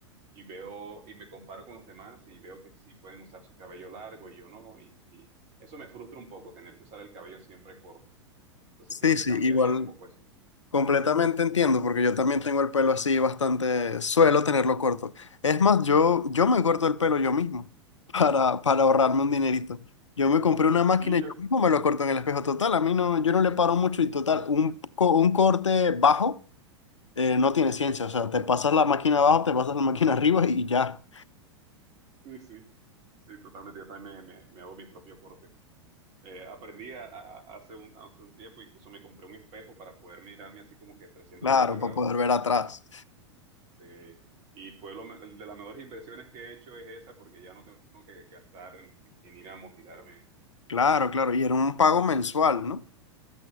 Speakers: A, on the right; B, on the left.
A: y veo y me comparo con los demás y veo que sí pueden usar su cabello largo y yo no y, y eso me frustra un poco, tener que usar el cabello siempre corto. Entonces
B: Sí,
A: creo que
B: sí,
A: cambiaría
B: igual
A: un poco eso.
B: completamente entiendo, porque yo también tengo el pelo así bastante, suelo tenerlo corto. Es más, yo, yo me corto el pelo yo mismo <laughs> para, para ahorrarme un dinerito. Yo me compré una máquina
A: Sí,
B: y
A: yo,
B: yo mismo me lo corto en el espejo. Total, a mí no, yo no le paro mucho y total, un, co- un corte bajo eh, no tiene ciencia. O sea, te pasas la máquina abajo, te pasas la máquina arriba y ya.
A: Sí, sí, sí, totalmente. Yo también me, me- me hago mi propio corte. Eh, aprendí a- a- a- hace un, hace un tiempo, incluso me compré un espejo para poder mirarme así como que 360
B: Claro,
A: grados.
B: para poder ver atrás.
A: Sí. Y fue lo, me- de las mejores inversiones que he hecho es esa, porque ya no tengo que gastar en, en- en ir a motilarme.
B: Claro, claro. Y era un pago mensual,
A: Sí.
B: ¿no?